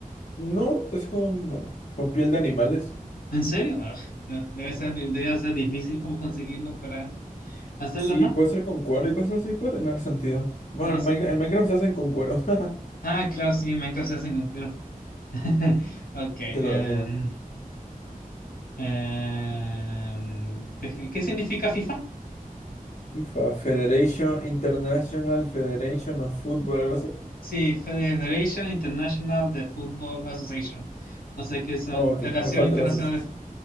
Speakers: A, on the left (about 50°); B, on the left (about 80°).
A: No, es con, bueno, con piel de animales.
B: ¿En serio? Ugh, no, debe ser, di- debe ser difícil como conseguirlo para hacerlo,
A: Sí,
B: ¿no?
A: puede ser con cuero y cosas así, puede tener sentido. Bueno,
B: No
A: en
B: es-
A: Minecraft, en Minecraft se hacen con cuero. <laughs>
B: Ah, claro, sí, Minecraft se hace con cuero. <laughs> Ok. em,
A: Te toca, te toca.
B: em, deja- ¿qué significa FIFA?
A: FIFA, Federation International Federation of Football, algo así.
B: Sí, Federation International de Football Association. O sea que son
A: Oh,
B: la
A: ok,
B: Federación
A: me falta
B: Internacional
A: la asociación.
B: de,